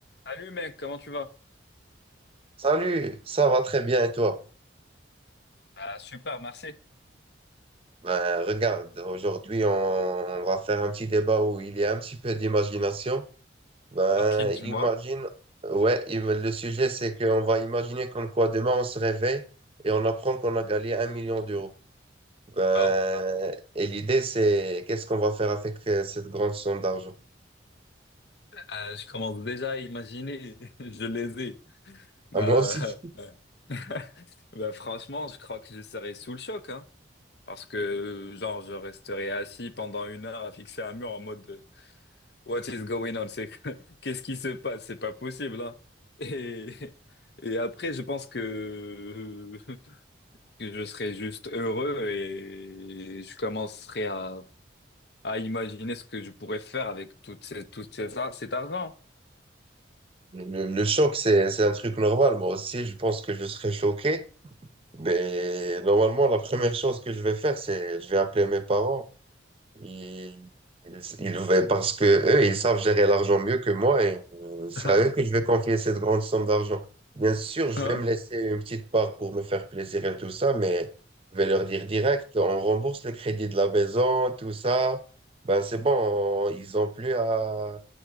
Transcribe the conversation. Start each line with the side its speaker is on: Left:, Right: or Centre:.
Left: Salut mec, comment tu vas?
Right: Salut, ça va très bien et toi?
Left: Bah, super, merci.
Right: Ben, regarde, aujourd'hui on, on va faire un petit débat où il y a un petit peu d'imagination. Ben,
Left: Tranquille, tu
Right: imagine,
Left: vois?
Right: ouais, im- le sujet c'est qu'on va imaginer comme quoi demain on se réveille et on apprend qu'on a gagné un million d'euros. Ben,
Left: Bah, oh.
Right: et l'idée c'est qu'est-ce qu'on va faire avec euh, cette grande somme d'argent?
Left: Euh, je commence déjà à imaginer, <laughs> je les ai. Bah,
Right: Ah, moi aussi,
Left: euh, <laughs> bah, franchement, je crois que je serais sous le choc, hein, parce que genre je resterai assis pendant une heure à fixer un mur en mode euh, What is going on? C'est <laughs> qu'est-ce qui se passe? C'est pas possible, hein. Et, <laughs> et après, je pense que, <laughs> que je serais juste heureux et je commencerai à à imaginer ce que je pourrais faire avec tout ces, tout ces, ar- cet argent.
Right: le, le choc c'est c'est un truc normal. Moi aussi, je pense que je serais choqué. Mais normalement, la première chose que je vais faire, c'est je vais appeler mes parents. Ils, ils, ils veulent- parce que eux, ils savent gérer l'argent mieux que moi et euh, c'est
Left: Hein?
Right: à eux que je vais confier cette grande somme d'argent. Bien sûr, je
Left: Hein?
Right: vais me laisser une petite part pour me faire plaisir et tout ça, mais je vais leur dire direct, on rembourse le crédit de la maison, tout ça. Ben, c'est bon, on- ils ont plus à,